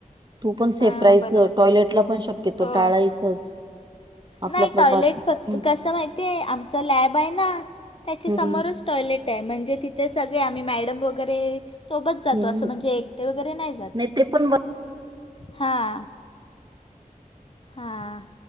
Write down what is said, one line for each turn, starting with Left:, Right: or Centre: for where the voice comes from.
Right: तू पण सेपरायचं
Left: हां हां बरोबर
Right: टॉयलेटला पण शक्यतो
Left: हो
Right: टाळायचंच.
Left: नाही
Right: आपलंपलं
Left: टॉयलेट
Right: बात हम्म
Left: फक्त कसं माहिती आहे आमचं लॅब आहे ना त्याच्यासमोरच
Right: हम्म
Left: टॉयलेट आहे म्हणजे तिथे सगळे आम्ही मॅडम वगैरे. सोबत जातो
Right: हम्म.
Left: असं म्हणजे एकटे वगैरे नाही जात.
Right: ते पण
Left: हां हां